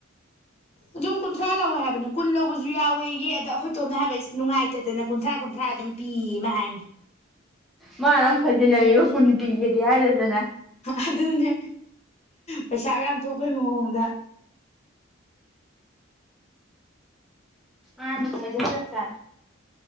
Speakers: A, on the left; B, in the centre.
A: ꯑꯗꯨꯝ ꯀꯨꯟꯊ꯭ꯔꯥ ꯂꯧꯋꯦ ꯍꯥꯏꯕꯅꯦ ꯀꯨꯟ ꯂꯧꯕꯁꯨ ꯌꯥꯎꯋꯦ ꯌꯦ ꯑꯗ ꯑꯩꯈꯣꯏ ꯇꯣꯝꯅ ꯍꯥꯏꯕ ꯏꯁ ꯅꯨꯡꯉꯥꯏꯇ ꯆꯗꯅ ꯀꯨꯟꯊ꯭ꯔꯥ ꯀꯟꯊ꯭ꯔꯥ ꯑꯗꯨꯝ ꯄꯤꯃ ꯍꯥꯏꯅꯤ
B: ꯃꯥ ꯑꯔꯝ ꯐꯖꯂꯃꯤꯕ ꯀꯨꯟꯗꯤꯒꯗꯤ ꯍꯥꯏꯔ ꯗ
A: ꯑꯗꯨꯅꯦ ꯄꯩꯁꯥꯒ ꯌꯥꯝ ꯊꯣꯛꯄꯒꯤ ꯃꯑꯣꯡꯗ
B: ꯑ ꯆ ꯆꯔ